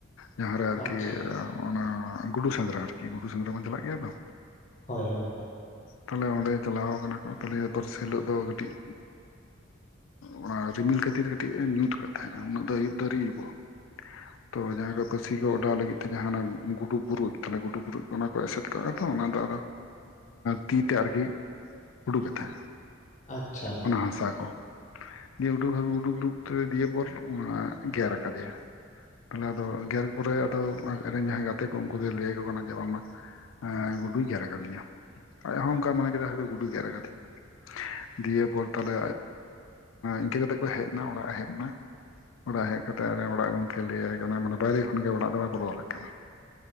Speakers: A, on the left; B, on the left.
A: ᱡᱟᱦᱟᱸᱨᱮ
B: ᱟᱪᱪᱷᱟ
A: ᱫᱤᱭᱮ ᱚᱱᱟ ᱜᱩᱰᱩ ᱥᱮᱸᱫᱽᱨᱟ ᱟᱨᱠᱤ ᱜᱩᱰᱩ ᱥᱮᱸᱫᱽᱨᱟ ᱵᱚᱱ ᱪᱟᱞᱟᱜ ᱜᱮᱭᱟ ᱛᱚ
B: ᱦᱳᱭ ᱦᱳᱭ ᱦᱳᱭ
A: ᱛᱟᱦᱞᱮ ᱚᱸᱰᱮ ᱪᱟᱞᱟᱣ ᱠᱟᱱᱟ ᱠᱚ ᱛᱟᱦᱞᱮ ᱫᱚᱨᱥᱮᱞᱳᱜ ᱫᱚ ᱠᱟᱹᱴᱤᱡ ᱚᱱᱟ ᱨᱤᱢᱤᱞ ᱠᱷᱟᱹᱛᱤᱨ ᱠᱟᱹᱴᱤᱡ ᱮ ᱧᱩᱛ ᱠᱟᱫ ᱛᱟᱦᱮᱸᱱᱟ ᱩᱱᱟᱹᱜ ᱫᱚ ᱟᱹᱭᱩᱵ ᱫᱚ ᱟᱳᱨᱤ ᱟᱹᱩᱵᱚᱜᱼᱟ ᱛᱚ ᱡᱟᱦᱟᱸᱭᱡᱟᱦᱟ ᱠᱚ ᱯᱟᱹᱥᱤ ᱠᱚ ᱚᱰᱟᱣ ᱞᱟᱹᱜᱤᱫ ᱛᱮ ᱜᱩᱰᱩ ᱵᱩᱨᱡ ᱛᱟᱞᱮ ᱜᱩᱰᱩᱼᱵᱩᱨᱡ ᱚᱱᱟ ᱠᱚ ᱮᱥᱮᱫ ᱠᱟᱜᱼᱟ ᱚᱱᱟ ᱫᱚ ᱛᱤᱛᱮ ᱟᱨᱠᱤ ᱩᱰᱩᱠᱮᱫ ᱛᱟᱦᱮᱸᱼᱟ
B: ᱟᱪᱪᱷᱟ
A: ᱚᱱᱟ ᱦᱟᱥᱟ ᱠᱚ ᱫᱤᱭᱮ ᱩᱰᱩᱠ ᱦ ᱩᱰᱩᱠᱼᱰᱩᱠ ᱛᱮ ᱫᱤᱭᱮ ᱯᱚᱨ ᱚᱱᱟ ᱜᱮᱨ ᱟᱠᱟᱫᱮᱭᱟ ᱟᱞᱮ ᱟᱫᱚ ᱜᱮᱨ ᱯᱚᱨᱮ ᱟᱫᱚ ᱟᱡ ᱨᱮᱱ ᱡᱟᱦᱟᱸᱭ ᱜᱟᱛᱮ ᱠᱚ ᱩᱱᱠᱩ ᱫᱚᱭ ᱞᱟᱹᱭᱭᱟᱠᱚ ᱠᱟᱱᱟ ᱡᱮ ᱵᱟᱝᱢᱟ ᱜᱩᱰᱩᱭ ᱜᱮᱨ ᱟᱠᱟᱫᱤᱧᱟ ᱟᱡ ᱦᱚᱸ ᱚᱱᱠᱟ ᱢᱚᱱᱮ ᱠᱮᱫᱟ ᱦᱚᱭ ᱚᱚ ᱜᱩᱰᱩᱭ ᱜᱮᱨ ᱟᱠᱟᱫᱤᱧᱟ ᱫᱤᱭᱮ ᱯᱚᱨ ᱛᱟᱞᱮ ᱤᱱᱠᱟᱹ ᱠᱟᱛᱮᱜ ᱠᱚ ᱦᱮᱡ ᱮᱱᱟ ᱚᱲᱟᱜ ᱮ ᱦᱮᱡ ᱮᱱᱟ ᱚᱲᱟᱜ ᱦᱮᱡ ᱠᱟᱛᱮ ᱚᱲᱟᱜ ᱜᱚᱝᱠᱮ ᱞᱟᱹᱭᱟᱭ ᱠᱟᱱᱟ ᱢᱟᱱᱮ ᱵᱟᱭᱨᱮ ᱠᱷᱚᱱ ᱜᱮ ᱚᱲᱟᱜ ᱫᱚ <unintelligible> ᱠᱟᱱᱟ